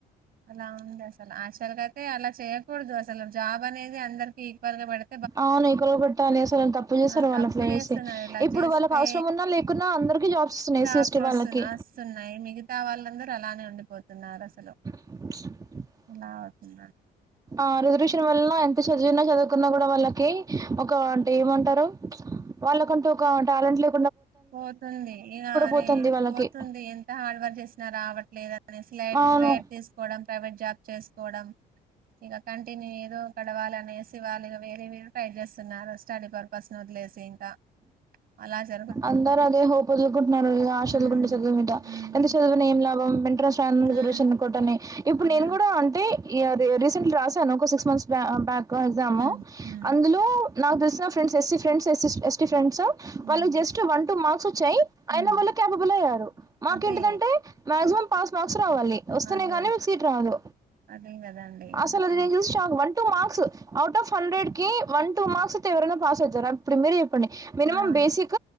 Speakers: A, on the right (about 60°); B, on the right (about 20°).
A: అలా ఉందాసలు అక్ అసలు కైతే అలా చేయకూడదు అసలు జాబ్ అనేది అందరికి ఈక్వల్ గా పెడు
B: అవును ఎకులు కొట్టాలి అసలు తప్పు చేస్తారు
A: ఆ
B: వాళ్ళు
A: తప్పు
B: అట్లా
A: చేస్తున్నారు
B: చేస్తే
A: ఇలా
B: ఇప్పుడు
A: చేస్తే
B: వాళ్ళకి అవసరం ఉన్నా లేకున్నా అందరికి జాబ్స్ వస్తున్నాయి
A: జాబ్స్
B: ఎస్సఎస్టి
A: వస్తు
B: వాళ్ళకి
A: వస్తున్నాయి మిగతా వాళ్ళందరూ అలానే ఉండిపోతున్నారు అసలు
B: <inaudible>
A: ఇలా అవుతుంద
B: ఆ రిజర్వేషన్ వల్ల ఆ ఎంత చదివిన చదువకున్నా కూడా వాళ్ళకి ఒక అంటే ఏమంటారు వాళ్ళకంటు ఒక టాలెంట్ లో
A: పోతుంది ఇరా అరే
B: పోతుంది వాళ్ళకి.
A: పోతుంది ఎంత హార్డ్ వర్క్ చేస్ నా రావట్లేదన్. అనేసి లైట్
B: అవును.
A: లైట్ తీసుకోవడం, ప్రైవేట్ జాబ్ చేస్ కోవడం. ఇగ కంటిన్యూ ఏదో గడవాళనేసి వాళ్ళు ఇగ వేరే వేరు ట్రై చేస్తున్నారు స్టడీ పర్పస్ నీ వదిలేసి ఇంకా. అలా జ
B: అందరు అదే హోప్ వదులుకుంటున్నారు ఇగా ఆశవదులుకుంటూ
A: హ్మ్
B: చదువు మీద,
A: హ్మ్
B: ఎంత చదివిన ఏం లాభం. <unintelligible>
A: హ్మ్
B: రిజర్వేషన్ కోటనీ. ఇప్పుడు
A: అదే
B: నేను కూడా అంటే ఇగా అదీ రీసెంట్లీ రాశాను ఒక సిక్స్ మంత్స్ బా బ్యాక్. ఒక ఎగ్జాము.
A: హ్మ్ హ్మ్
B: అందులో నాక్ తెల్సిన friends SC friends, SC ST friends.
A: హ్మ్
B: వాళ్ళు జస్ట్ వన్ టు మార్క్స్ వచ్ చ్చయి
A: హ్మ్
B: అయిన వాళ్ళు క్యాపబుల్ అయ్యారు. మాకేంటిదంటే
A: అదే
B: మాక్సిమం పాస్ మార్క్ ర్క్స్ రావాలి వస్తనే
A: అదే
B: గానీ మీక్ సీటు రాదు.
A: అదే కదండి
B: అసలు
A: అట్లా
B: నేన్ చూసి shock one two marks. Out of hundred కీ వన్ టూ మార్క్స్ కి ఎవరైనా పాస్ అయితరా. ఇప్పుడు మీరే చెప్ ప్పండి మినిమం
A: అవును
B: basic.